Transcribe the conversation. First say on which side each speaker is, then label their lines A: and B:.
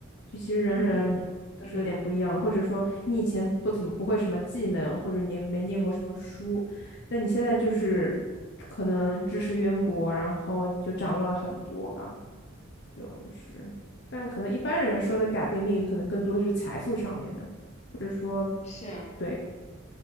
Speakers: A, on the left; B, on the left.
A: 就其实人人都是有点不一样的。
B: 嗯嗯
A: 或者说，你以前不怎么不会什么技能，或者你也没念过什么书，那你现在就是可能知识渊博，
B: 嗯
A: 然后你就掌握了很多吧，
B: 嗯，
A: 就是。但可能一般人说的改变命运，可能更多是财富上面的，或者说，
B: 是
A: 对，